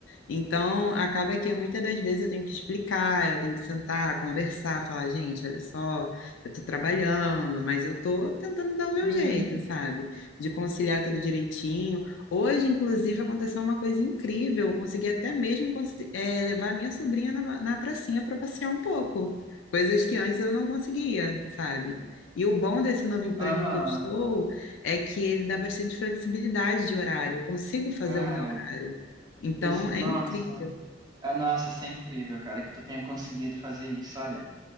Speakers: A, on the left; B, on the right.
A: Então, acaba que muitas das vezes eu tenho que explicar, eu tenho que sentar, conversar, falar, gente, olha só, eu tô trabalhando, mas eu tô tentando dar o meu
B: Sim.
A: jeito, sabe? De conciliar tudo direitinho. Hoje, inclusive, aconteceu uma coisa incrível, eu consegui até mesmo consi- eh, levar minha sobrinha na, na pracinha para passear um pouco, coisas que antes eu não conseguia, sabe? E o bom desse novo emprego
B: Aham.
A: que eu estou é que ele dá bastante flexibilidade de horário, eu consigo fazer
B: Cara,
A: o meu horário. Então
B: isso,
A: é
B: nossa.
A: incrível.
B: Ah, Nossa, isso é incrível, cara, que tu tenha conseguido fazer isso. Olha,